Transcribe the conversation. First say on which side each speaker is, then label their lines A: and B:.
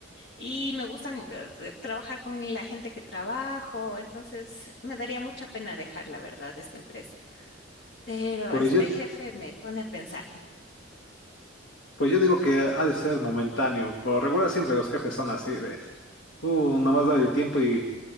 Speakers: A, on the left; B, on the left.
A: Y me gustan eh, de- trabajar con la gente que trabajo, entonces me daría mucha pena dejar, la verdad, esta empresa. Pero
B: Pues
A: este
B: yo,
A: jefe me pone a pensar, <laughs>
B: pues yo digo que ha de ser momentáneo. Por lo regular siempre los jefes son así, ¿ves? Tú nomás da el tiempo y